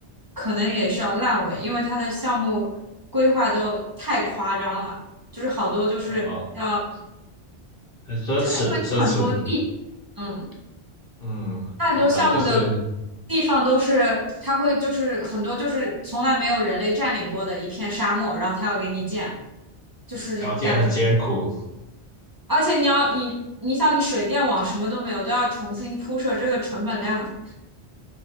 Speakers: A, on the right; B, on the left.
A: 可能也是要烂尾，因为他的项目规划都太夸张了，就是好多就是要，
B: 呃，很奢侈，
A: 因为它很多地，
B: 奢侈，
A: 嗯。
B: 嗯，
A: 它很多项目的地方都是，
B: 明白，就是
A: 它会就是很多就是从来没有人类占领过的一片沙漠，然后它要给你建，就是感，
B: 条件很艰苦，
A: 而且你要你你想你水电网什么都没有，都要重新铺设，这个成本量，